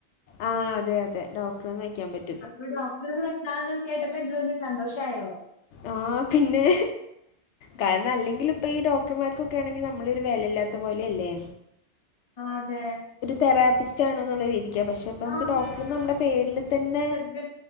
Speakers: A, on the left; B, on the left.
A: ആ അതെ അതെ ഡോക്ടർന്ന് നയിക്കാൻ പറ്റി
B: അപ്പൊ ഡോക്ടറെന്ന് വെട്ടന്ന് കേട്ടപ്പോ എന്തു തോന്നി സന്തോഷമായോ
A: ആഹ പിന്നെ കാരണം അല്ലെങ്കിൽ ഇപ്പൊ ഈ ഡോക്ടർമാർക്കൊക്കെ ആണെങ്കിൽ നമ്മളൊ ഒരു വിലയില്ലാത്ത പോലെ അല്ലേ
B: ആ അതെ
A: തെറാപ്പിസ്റ്റ് ആണെന്നുള്ള രീതിക്കാ പക്ഷേ പ്പോ നമുക്ക്
B: ആ
A: ഡോക്ടർന്ന് നമ്മുടെ പേരില് തന്നെ
B: ണ്ട്